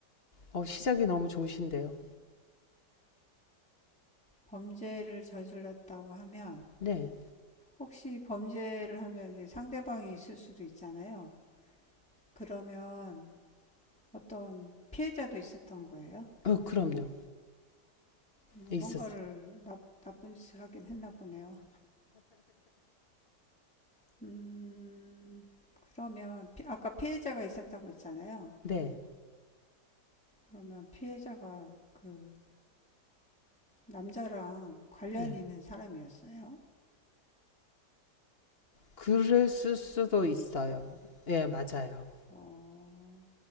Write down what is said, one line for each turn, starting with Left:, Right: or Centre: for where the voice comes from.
Left: 어, 시작이 너무 좋으신데요.
Centre: 범죄를 저질렀다고 하면
Left: 네.
Centre: 혹시 범죄를 하면 이제 상대방이 있을 수도 있잖아요. 그러면 어떤 피해자도 있었던 거예요?
Left: 어, 그럼요.
Centre: 음,
Left: 있었어.
Centre: 뭔가를 나, 나쁜 짓을 하긴 했나 보네요. 음, 그러면 피- 아까 피해자가 있었다고 했잖아요.
Left: 네.
Centre: 그러면 피해자가 그 남자랑 관련이
Left: 네.
Centre: 있는 사람이었어요?
Left: 그랬을 수도 있어요. 예, 맞아요.
Centre: 어,